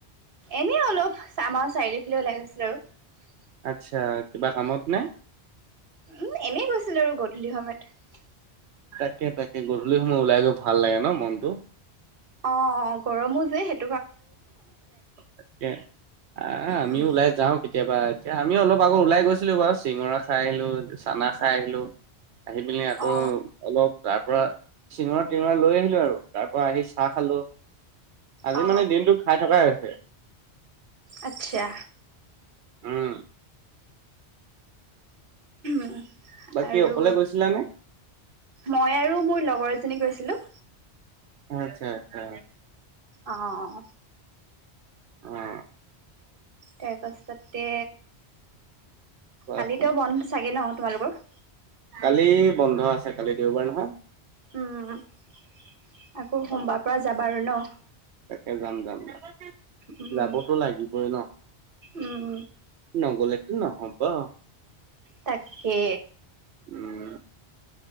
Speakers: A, on the right; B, on the right.
A: এনে অলপ চামা চাৰি দি পে ওলাই গৈছিলো, আৰু
B: আচ্ছা কিবা কামত নে?
A: উম এনেই গৈছিল আৰু গধূলি সময়ত।
B: তাকে তাকে গধূলি সময় ওলাই গৈ ভাল লাগে ন মনটো।
A: অ অ গৰমো যে সেই।
B: তাকে আহ আমিও
A: উম
B: ওলাই যাও কেতিয়াবা। এতিয়া আমিও অলপ আগত ওলাই গৈছিলো বাৰু চিঙৰা খাই আহিলো, চানা খাই আহিলো, আহি পেলি আকৌ
A: অ
B: অলপ তাৰ পৰা চিঙৰা টিঙৰা লৈ আহিলো আৰু তাৰ পৰা আহি চাহ খালো। আজি
A: অ
B: মানে দিনটো খাই থকাই হৈছে।
A: আচ্ছা
B: উম
A: উ
B: বাকী
A: আৰু
B: অকলে গৈছিলা নে
A: মই আৰু মোৰ লগৰ, চিনি গৈছিলোঁ।
B: আচ্ছা আচ্ছা।
A: অঁ
B: অ
A: তাৰপাছতে
B: কোৱাচোন
A: কালিতো বন্ধ চাগে ন তোমালোকৰ?
B: কালি বন্ধ আছে কালি দেওবাৰ নহয়।
A: উম আকৌ সোমবাৰ পৰা যাবা আৰু ন।
B: তাকে যাম যাম যাম
A: উম
B: যাবতো লাগিবই ন।
A: উম
B: নগলেটো নহবা।
A: তাকে।
B: উম